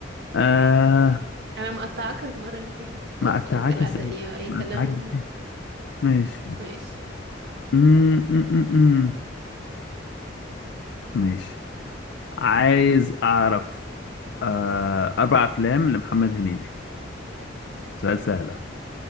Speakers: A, on the left (about 65°); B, on the right (about 60°).
A: آه
B: انا مقطعاك المرة اللي فاتت
A: ما
B: اصلا
A: قطعك
B: كالعادة
A: ازاي
B: ايه اي
A: ما
B: كلام
A: قطعك ازاي ماشي
B: ماشي
A: مم، مم، مم، مم. ماشي عايز اعرف آه اربع افلام لمحمد هنيدي سؤال سهل أهو.